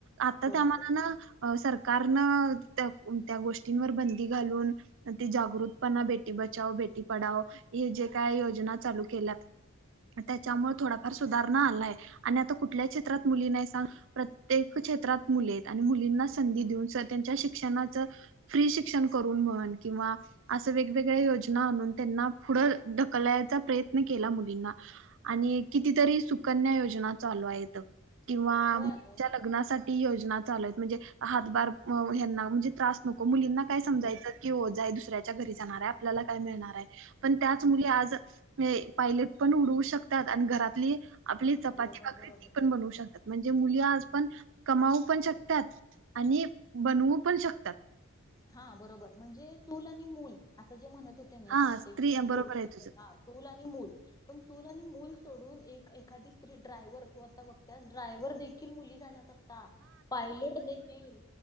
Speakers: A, on the right; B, on the left.
A: आता
B: होय
A: त्या मानान
B: होय
A: सरकारनं त्या त्या गोष्टींवर बंदी घालून. ती जागृतपणा बेटी बचाओ, बेटी पडाओ हे जे काय योजना चालू केल्यात, त्याच्यामुळे थोडाफार सुधारणा आलाय आणि आता कुठल्या क्षेत्रात मुली नाही सांग? प्रत्येक क्षेत्रात मुली आहेत. आणि मुलींना संधी देऊन त्यांच्या शिक्षणाच फ्री शिक्षण करून म्हण किंवा असं वेगवेगळ्या योजना आणून. त्यांना पुढं ढकलायचा प्रयत्न केला मुलींना. आणि कितीतरी सुकन्या योजना चालू आहेत किंवा
B: होय
A: मुलीच्या
B: अगं
A: लग्ना लग्नासाठी योजना चालू आहेत. म्हणजे हातभार यांना म्हणजे त्रास नको मुलींना काय समजायचं
B: बरोबर
A: कि ओझं आहे. दुसऱ्याच्या घरी जाणार आहे. आपल्याला काय मिळणार आहे. पण त्याच मुली आज हे पायलट पण उडवू शकतात. आणि घरातली आपली चपाती,
B: बरोबर
A: भाकरी
B: बरोबर
A: ती पण बनवू शकतात. म्हणजे मुली आज पण कमावू पण शकतात आणि बनवू पण शकतात.
B: हा बरोबर. म्हणजे चूल आणि मूल असं जे म्हणत होते ना,
A: हा
B: प्रत्येक
A: स्त्री
B: जण
A: बरोबर
B: पुरुष
A: आहे तुझं
B: चूल आणि मूल पण चूल आणि मूल सोडून. एक एखादी स्त्री ड्रायव्हर तू आता बघत्यास ड्रायव्हर देखील मुली झाल्यात आता. हा पायलेट देखील